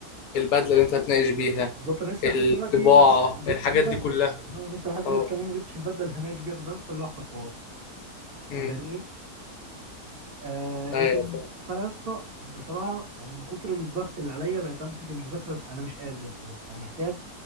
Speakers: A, on the left; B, on the right.
A: البدلة اللي انت هتناقش بيها
B: بالظبط انا لسه
A: الطباعة
B: لحد دلوقتي ما جبت ما جبتش
A: الحاجات
B: البدله
A: دي كلها
B: انا لسه لحد دلوقتي
A: اه
B: كمان ما جبتش البدله اللي هناقش بيها فده اصلا لوحده حوار
A: امم
B: أنت فاهمني آه ايه
A: ايوه
B: تاني
A: فاهم
B: فانا يا اسطى بصراحه يعني من كتر الضغط اللي عليا بقيت امسك المذاكره انا مش قادر يا اسطى أذاكر. انا محتاج